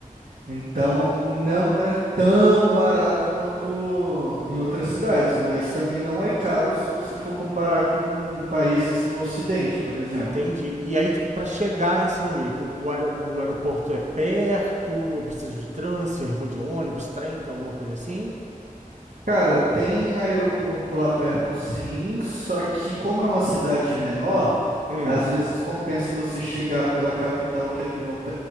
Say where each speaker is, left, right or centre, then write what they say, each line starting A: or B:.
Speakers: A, on the right; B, on the right.
A: Então, não é tão barato quanto em outras cidades, mas também não é caro se você for comparar com países do Ocidente, por exemplo.
B: entendi. E aí, tipo, para chegar em Siem Reap, o, aer- o aeroporto é perto? Eu preciso de transfer? Vou de ônibus, trem, tem alguma coisa assim?
A: Cara, tem aeroporto lá perto sim, só que como é uma cidade menor,
B: Hum.
A: às vezes compensa você chegar pela capital, que é Phnom